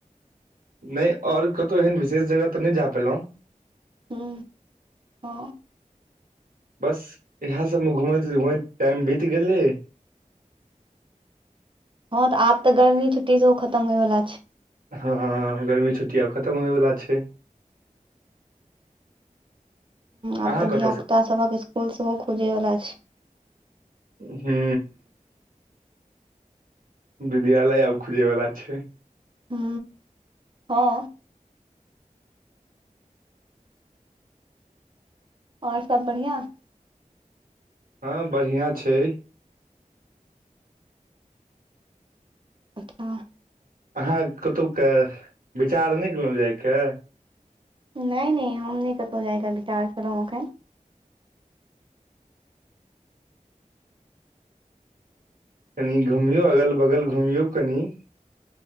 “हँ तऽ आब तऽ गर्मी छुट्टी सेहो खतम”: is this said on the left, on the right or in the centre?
Right